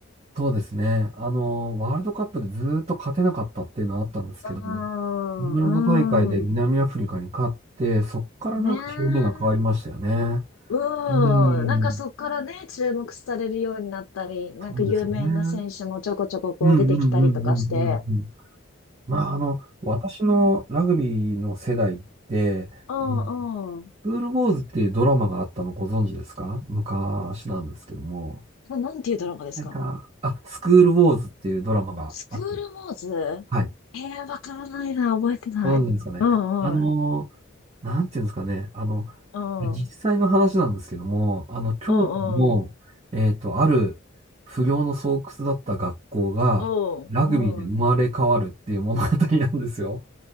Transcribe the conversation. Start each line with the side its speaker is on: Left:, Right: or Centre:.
Right: そうですね。あの、ワールドカップでずーっと勝てなかったっていうのはあったんですけども、
Left: うーん、
Right: イングランド大会で南アフリカに勝って、
Left: うーん。
Right: そっからなんか表面が変わりましたよね。
Left: ねえ。うん。
Right: うん。
Left: なんかそっからね、注目されるようになったり、なんか有名な選手もちょこちょここう出てきたりとかして。
Right: そうですよね。うんうんうんうんうんうん。まあ、あの、私のラグビーの世代って、
Left: うんうん。
Right: うんスクールウォーズっていうドラマがあったのご存知ですか昔なんですけども。
Left: な、なんていうドラマですか
Right: なんか、あ、スクールウォーズっていうドラマがあった。
Left: スクールモーズ
Right: はい。
Left: えー、わからないな、覚えてない。
Right: ご存知ですかね。
Left: うんうん。
Right: あのー、なんていうんですかね。あの、
Left: うん。
Right: 実際の話なんですけども、
Left: うん
Right: あの、京都の、
Left: うん。
Right: えっと、ある不良の巣窟だった学校が、
Left: う
Right: ラグビーで生まれ変わるっていう物語なんですよ。
Left: んうん。